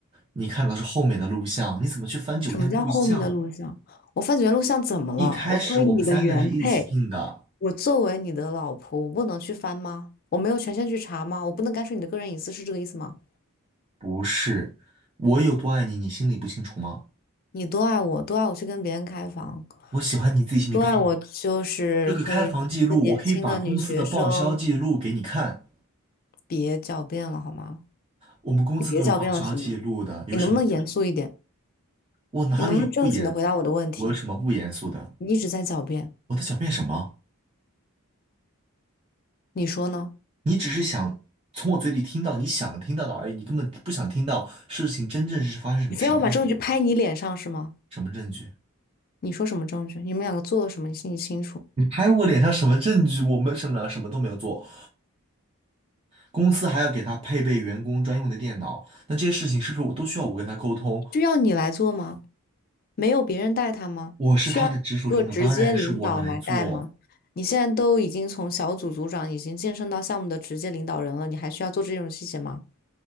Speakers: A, on the right; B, on the left.
A: 你看到是后面的录像，你怎么去翻酒店录像？
B: 什么叫后面的录像？我翻酒店录像怎么了？
A: 一开始我们三个人是一起进的，
B: 我作为你的原配，我作为你的老婆，我不能去翻吗？我没有权限去查吗？我不能干涉你的个人隐私，是这个意思吗？
A: 不是。我有多爱你，你心里不清楚吗？
B: 你多爱我，多爱我去跟别人开房，
A: 我喜欢你自己心里不清楚。
B: 多爱我就是可以让一个年轻的女学生
A: 这个开房记录，我可以把公司的报销记录给你看，
B: 别狡辩了，好吗？
A: 我们公司都有报销记录的，
B: 你别狡辩了，行吗？
A: 有什么？
B: 你能不能严肃一点？
A: 我哪里有不严？
B: 你能不能正经的回答我的问题？
A: 我有什么不严肃的？
B: 你一直在狡辩，
A: 我在狡辩什么？
B: 你说呢？
A: 你只是想从我嘴里听到你想听到的而已，你根本不想听到事情真正是发生什么什么样子的。
B: 你非要把证据拍你脸上是吗？
A: 什么证据？
B: 你说什么证据？你们两个做了什么？你心里清楚。
A: 你拍我脸上什么证据？我们什么什么都没有做，公司还要给他配备员工专用的电脑，那这些事情是不是我都需要我跟他沟通？
B: 需要你来做吗？没有别人带他吗？
A: 我是他的直属领导，
B: 需要一个直接领导来带吗？
A: 当然是我来做。
B: 你现在都已经从小组组长已经晋升到项目的直接领导人了，你还需要做这种细节吗？